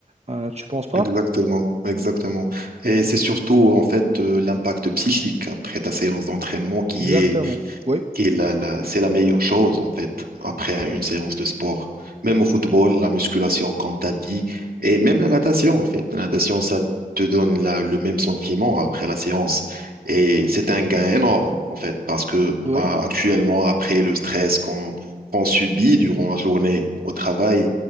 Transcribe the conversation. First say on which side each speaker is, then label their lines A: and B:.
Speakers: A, on the right; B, on the right.
A: Euh, tu penses pas?
B: Exactement, exactement. Et c'est surtout en fait euh, l'impact psychique après ta séance d'entraînement qui
A: Exactement.
B: est
A: Oui,
B: qui est la, la- c'est la meilleure chose, en fait, après une séance de sport. Même au football, la musculation, comme tu as dit, et même la natation, en fait. La natation, ça te donne la- le même sentiment après la séance. Et c'est un gain énorme, en fait, parce que euh,
A: Oui,
B: actuellement, après le stress qu'on qu'on subit durant la journée au travail,